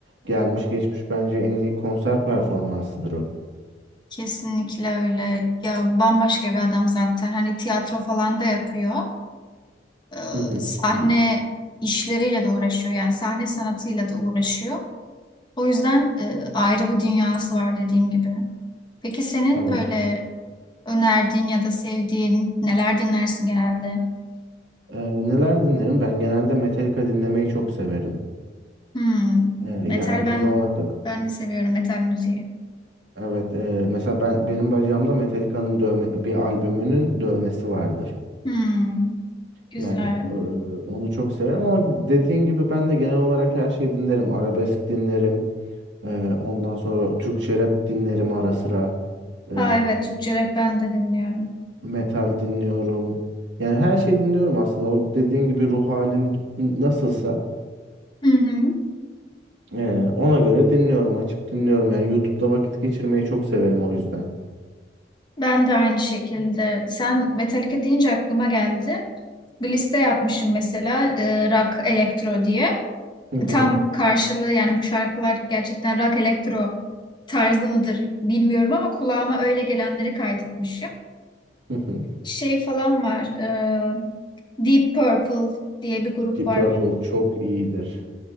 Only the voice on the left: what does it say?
Kesinlikle öyle. Ya bambaşka bir adam zaten. Hani tiyatro falan da yapıyor. Ee,
sahne işleriyle de uğraşıyor. Yani sahne sanatıyla da uğraşıyor. O yüzden e, ayrı bir dünyası var dediğim gibi. Peki senin
böyle önerdiğin ya da sevdiğin neler dinlersin genelde?
Hmm,
metal
ben
ben de seviyorum metal müziği.
Hmm, güzel.
Aa, evet Türkçe rap ben de dinliyorum.
Hı hı.
Ben de aynı şekilde. Sen Metallica deyince aklıma geldi. Bir liste yapmışım mesela e, rock elektro diye.
E, Tam karşılığı yani bu şarkılar gerçekten rock elektro tarzı mıdır bilmiyorum ama kulağıma öyle gelenleri kaydetmişim.
Şey falan var. e, Deep Purple diye bir grup
var.